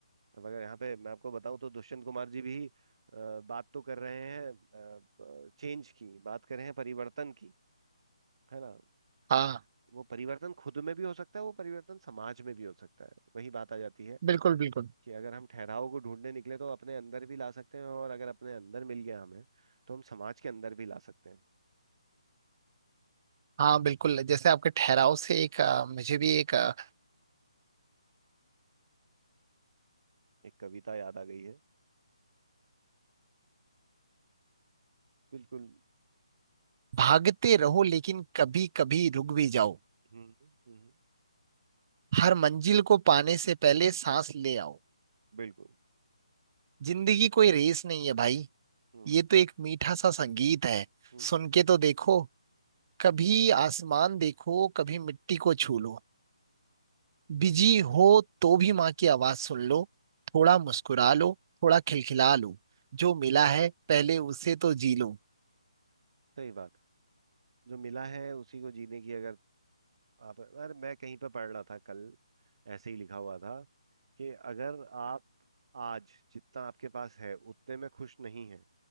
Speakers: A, on the right; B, on the right.
A: अब अगर यहाँ पे मैं आपको बताऊं तो दुष्यंत कुमार जी भी अ, बात तो कर रहे हैं चेंज की बात कर रहे हैं परिवर्तन की है ना
B: हाँ
A: वो परिवर्तन खुद में भी हो सकता है वो परिवर्तन समाज में भी हो सकता है वही बात आ जाती है
B: बिल्कुल बिल्कुल
A: कि अगर हम ठहराव को ढूंढने निकले तो अपने अंदर भी ला सकते हैं और अगर अपने अंदर मिल गया हमें तो हम समाज के अंदर भी ला सकते हैं
B: हाँ बिल्कुल जैसे आपके ठहराव से एक आ, मुझे भी एक आ,
A: एक कविता याद आ गई है बिल्कुल
B: भागते रहो लेकिन कभी कभी रुक भी जाओ
A: हम्म हम्म
B: हर मंजिल को पाने से पहले सांस ले आओ
A: बिल्कुल
B: जिंदगी कोई रेस नहीं है भाई
A: हम्म
B: ये
A: हम्म
B: तो एक मीठा सा संगीत है
A: हम्म, हम्म,
B: सुन के तो देखो कभी आसमान देखो कभी मिट्टी को छू लो बिजी हो तो भी माँ की आवाज सुन लो थोड़ा मुस्कुरा लो थोड़ा खिलखिला लो जो मिला है पहले उसे तो जी लो
A: सही बात जो मिला है उसी को जीने की अगर आप अरे मैं कहीं पे पढ़ रहा था कल ऐसे ही लिखा हुआ था कि अगर आप आज जितना आपके पास है उतने में खुश नहीं है